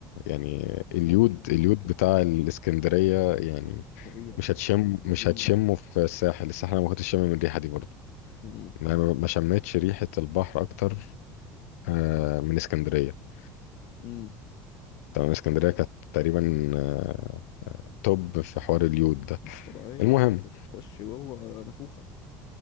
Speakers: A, on the left (about 85°); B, on the left (about 65°).
A: يعني اليود
B: ممكن
A: اليود
B: ممكن
A: بتاع
B: اه
A: الاسكندرية يعني
B: فظيع
A: مش هتشم
B: فظيع
A: مش هتشمه في الساحل الساحل انا ما كنتش شامم الريحة دي برضه
B: امم
A: ما ما شميتش ريحة البحر اكتر آه، من اسكندرية
B: امم
A: تمام اسكندرية كانت تقريبا آه، توب في حوار اليود ده
B: مش طبيعية
A: المهم
B: بت... بتخش جوه نافوخك